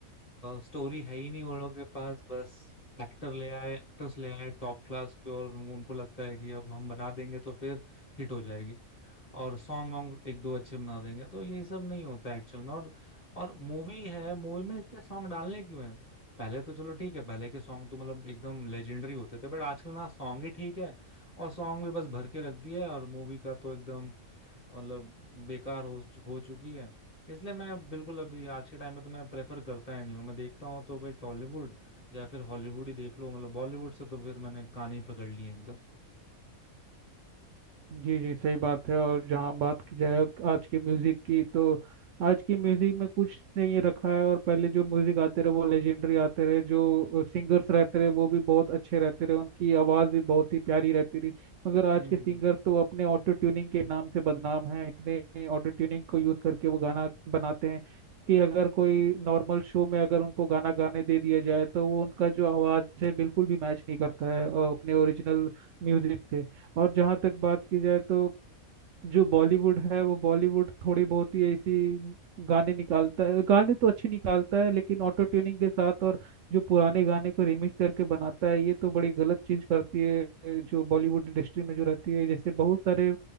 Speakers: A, on the left; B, on the right.
A: स्टोरी है ही नहीं उन लोगों के पास बस एक्टर ले आए एक्टर्स ले आए टॉप क्लास के और उनको लगता है कि अब हम बना देंगे तो फिर हिट हो जाएगी और सॉन्ग वॉन्ग एक दो अच्छे बना देंगे तो ये सब नहीं होता एक्चुअल में और और मूवी है मूवी में इतने सॉन्ग डालने क्यों हैं पहले तो चलो ठीक है पहले के सॉन्ग तो मतलब एकदम लेजेंडरी होते थे बट आजकल ना सॉन्ग ही ठीक है और सॉन्ग भी बस भर के रख दिए है, और मूवी का तो एकदम मतलब बेकार हो हो चुकी है इसलिए मैं बिल्कुल अभी आज के टाइम में तो मैं प्रेफर करता ही नहीं हूँ मैं देखता हूँ तो भाई टॉलीवुड या फिर हॉलीवुड ही देख लो मतलब बॉलीवुड से तो फिर मैंने कान ही पकड़ लिए हैं एकदम
B: जी जी सही बात है और जहाँ बात की जाए आज के म्यूजिक की तो आज के म्यूजिक में कुछ नहीं रखा है और पहले जो म्यूजिक आते रहे वो लेजेंडरी आते रहे जो सिंगर्स रहते रहे वो भी बहुत अच्छे रहते रहे उनकी आवाज़ भी बहुत ही प्यारी रहती रही मगर आज
A: हम्म
B: के सिंगर तो अपने ऑटो ट्यूनिंग के नाम से बदनाम है इतने ऑटो ट्यूनिंग को यूज़ करके वो गाना बनाते हैं कि अगर कोई नॉर्मल शो में अगर उनको गाना गाने दे दिया जाए तो वो उनका जो आवाज़ है बिल्कुल भी मैच नहीं करता है अ, अपने ओरिजिनल म्यूजिक से और जहाँ तक बात की जाए तो जो बॉलीवुड है वो बॉलीवुड थोड़ी बहुत ही ऐसी गाने निकालता है गाने तो अच्छे निकालता है लेकिन ऑटो ट्यूनिंग के साथ और जो पुराने गाने को रिमिक्स करके बनाता है ये तो बड़ी गलत चीज करती है ए, जो बॉलीवुड इंडस्ट्री में जो रहती है जैसे बहुत सारे